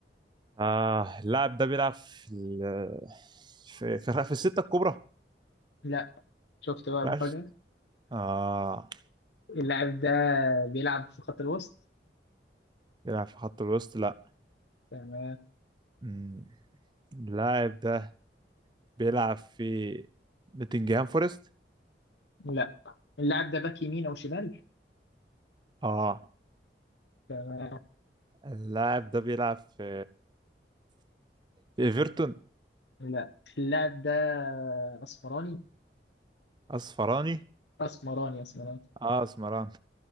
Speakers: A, on the right (about 25°); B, on the left (about 80°).
A: اه اللاعب ده بيلعب في ال... في في في الستة الكبرى
B: لا شفت بقى المفاجأة
A: بيلعب اه
B: اللاعب ده بيلعب في خط الوسط
A: بيلعب في خط الوسط لا
B: تمام
A: مم. اللاعب ده بيلعب في نوتنجهام فورست
B: لا اللاعب ده باك يمين او شمال
A: اه
B: تمام
A: اللاعب ده بيلعب في في ايفرتون
B: لا اللاعب ده اسمراني
A: اصفراني
B: اسمراني اسمراني
A: اه اسمراني